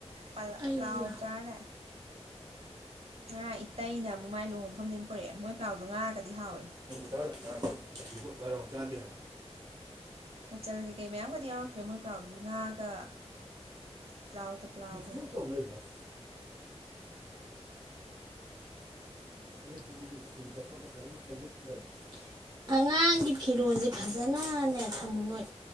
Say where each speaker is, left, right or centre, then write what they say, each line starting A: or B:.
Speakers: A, on the right; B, on the right.
A: ꯄꯂ
B: ꯑꯩ
A: ꯄ꯭ꯂꯥꯎ ꯆꯥꯔ ꯂꯥꯛꯑꯦ ꯉꯔꯥꯡ ꯏꯇꯩꯩꯅ ꯃꯨꯛꯃꯥꯏ ꯂꯨꯍꯣꯡꯐꯝꯗꯩꯅꯦ ꯄꯨꯔꯛꯑꯦ ꯃꯣꯏ ꯄ꯭ꯂꯥꯎꯗꯣ ꯉꯥꯒꯗꯤ ꯍꯥꯎꯋꯦ
B: <inaudible>
A: ꯃꯆꯜ ꯀꯩꯀꯩ ꯃꯌꯥꯝꯒꯗꯤ ꯌꯥꯎꯔꯛꯇ꯭ꯔꯦ ꯃꯣꯏ ꯄ꯭ꯂꯥꯎꯗꯨꯗꯤ ꯉꯥꯒ ꯄ꯭ꯂꯥꯎꯇ ꯄ꯭ꯂꯥꯎꯒꯅꯤ
B: ꯁꯨꯝ ꯇꯧ ꯂꯩꯕ ꯍꯥꯢ <unintelligible> ꯑꯉꯥꯡꯒꯤ ꯐꯤꯔꯣꯜꯖꯦ ꯐꯖꯅꯅꯦ ꯊꯝꯃꯨ ꯅꯣꯏ